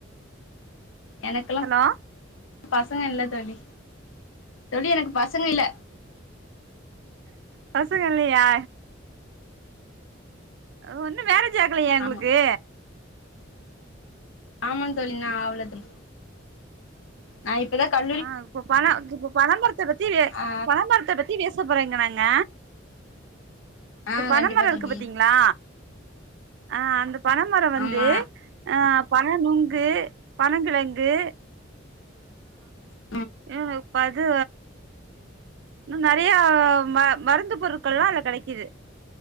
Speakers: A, on the left (about 85°); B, on the right (about 60°).
A: எனக்கெலா
B: ஹலோ
A: பசங்க இல்ல தோழி தோழி எனக் பசங்க இல்ல
B: பசங்க இல்லயா ஒன்னு மேரேஜ் ஆகலயா உங்ளுக்கு
A: ஆமா ஆமா தோழி இன்னு ஆவள தோழி நா இப்பதா காட்
B: ஆ இப்ப பண இப்ப பனமரத்த பத்தி வே
A: ஆ
B: பனமரத்த பத் த்தி பேசபோறேங்க நாங்க
A: ஆ
B: இந் பனமரோ
A: கண்டிப்பா
B: இருக்கு
A: தோழி
B: பத்தீங்ளா ஆ அந்த பனமரம் வந்து
A: ஆமா
B: ஆ பன நுங்கு பனங்கிழங்கு
A: ம்
B: எனக் பது இன்னு நறையா மருந்து பொருட்கள்லா அதுல கடைக்கிது